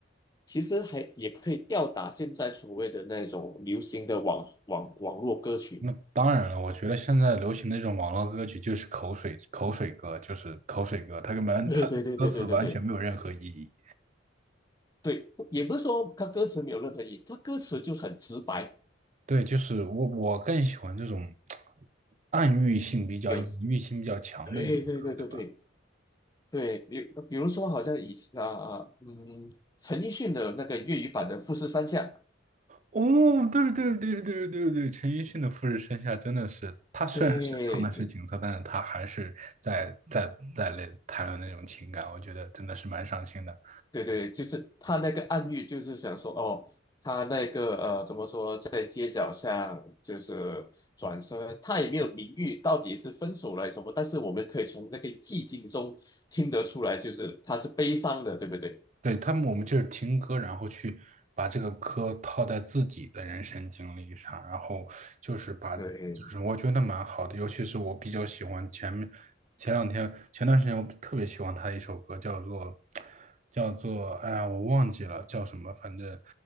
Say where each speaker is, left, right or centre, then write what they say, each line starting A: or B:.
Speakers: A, on the left; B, on the right.
A: 其实还也可以吊打现在所谓的那种流行的网网网络歌曲。
B: 那当然了，我觉得现在流行的这种网络歌曲就是口水口水歌，就是口水歌，它根本它的歌词完全没有任何意义。
A: 对对对对对对对对，也不是说他歌词没有任何意义，他歌词就很直白，
B: 对，就是我我更喜欢这种暗喻性比较、
A: 有，
B: 隐喻性比较强的这种歌，
A: 对对对对对。
B: 对吧？
A: 对，比比如说，好像以前啊，啊嗯，陈奕迅的那个粤语版的《富士山下》，
B: 哦，对对对对对对，陈奕迅的《富士山下》真的是，他虽然是唱的是景色，
A: 对，就
B: 但是他还是在在在类谈论那种情感，我觉得真的是蛮伤心的。
A: 对对，就是他那个暗喻，就是想说，哦，他那个呃，怎么说，在街角上就是转身，他也没有明喻到底是分手了还是什么，但是我们可以从那个寂静中听得出来，就是他是悲伤的，对不对？
B: 对，他们，我们就是听歌，然后去把这个歌套在自己的人生经历上，然后就是把，
A: 对，
B: 就是我觉得蛮好的，尤其是我比较喜欢前面前两天前段时间我特别喜欢他的一首歌，叫做叫做哎呀我忘记了叫什么，反正